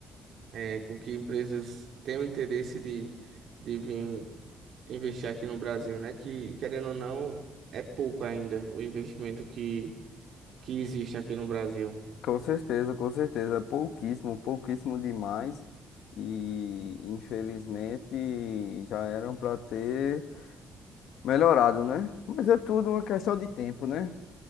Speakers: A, on the right; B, on the left.
A: é, com que empresas tenham interesse de, de vir investir aqui no Brasil, né? Que, querendo ou não, é pouco ainda o investimento que, que existe aqui no Brasil.
B: Com certeza, com certeza. Pouquíssimo, pouquíssimo demais. E infelizmente já eram para ter melhorado, né? Mas é tudo uma questão de tempo, né?